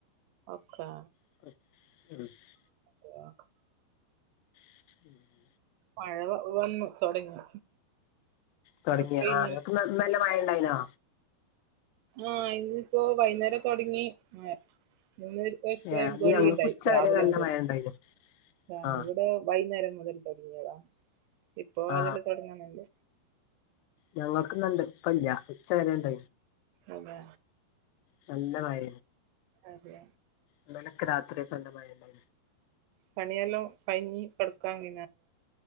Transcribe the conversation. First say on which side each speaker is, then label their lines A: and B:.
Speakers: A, on the right (about 80°); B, on the left (about 80°).
A: ഒക്കാ
B: <unintelligible>
A: <inaudible>
B: <inaudible>
A: മഴ വന്ന് തുടങ്ങി
B: തുടങ്ങിയ
A: ഇങ്ങോട്ട് പെയ്യുന്നുണ്ട്
B: ആ നിങ്ങക്ക് നല്ല മഴ ഉണ്ടായിനോ
A: ആഹ് ഇന്നിപ്പോ വൈന്നേരം തുടങ്ങി മഴ ഇന്ന് <unintelligible>
B: ഏ അന്ന് ഞങ്ങൾക്ക് ഉച്ച
A: രാവിലെ
B: വരെ നല്ല
A: <unintelligible>
B: മഴ ഉണ്ടായിരുന്നു ആ
A: വൈകുന്നേരം മുതൽ തുടങ്ങിയതാണ് ഇപ്പൊ
B: ആ
A: അതില്ലാം തുടങ്ങുന്നത്
B: ഞങ്ങൾക്ക്ന്നണ്ട് ഇപ്പ ഇല്ല ഉച്ച വരെ ഉണ്ട
A: അതെ
B: നല്ല മഴെ
A: അതെ
B: ഇന്നലൊക്കെ രാത്രി മഴേ
A: പണിയെല്ലാം കഴിഞ്ഞി കിടക്കാൻ <unintelligible>